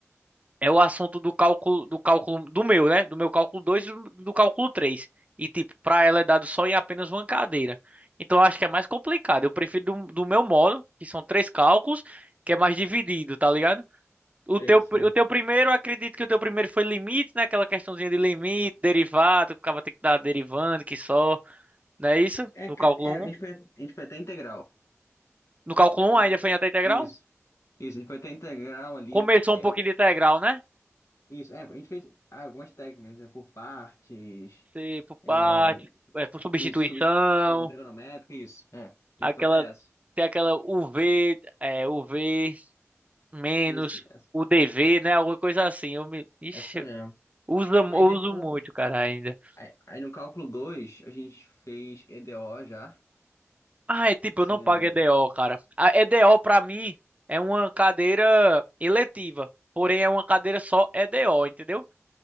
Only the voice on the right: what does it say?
é o assunto do cálculo do cálculo do meu, né? Do meu cálculo 2 e do, do cálculo três E tipo, para ela é dado só em apenas uma cadeira. Então eu acho que é mais complicado. Eu prefiro do, do meu modo, que são três cálculos, que é mais dividido, tá ligado? O
teu,
o teu primeiro, eu acredito que o teu primeiro foi limite, né? Aquela questãozinha de limite, derivado, que o cara tem que dar derivando, que só, não é isso?
No
cálculo
um
No cálculo um
ainda foi até integral?
Começou
um pouquinho de integral, né?
Se por
parte, é, por substituição,
aquela,
tem aquela U v é, U v menos
UDV, né? Alguma coisa assim. Eu me, ixi,
usa, eu
uso
muito, cara, ainda.
Ah, é tipo,
eu não
pago EDO,
cara. A EDO pra mim é uma cadeira eletiva, porém é uma cadeira só EDO, entendeu?